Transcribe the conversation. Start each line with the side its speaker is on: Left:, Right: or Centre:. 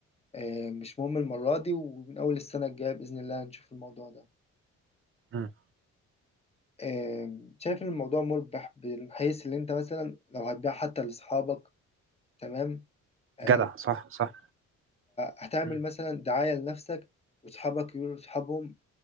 Left: آه مش مهم المرة دي ومن أول السنة الجاية بإذن الله هنشوف الموضوع ده
Right: إمم.
Left: آه شايف إن الموضوع مربح من حيث إن أنت مثلا لو هتبيع حتى لأصحابك تمام آه
Right: جدع
Left: أو
Right: صح صح
Left: هتعمل
Right: مم.
Left: مثلا دعاية لنفسك وأصحابك يقولوا لأصحابهم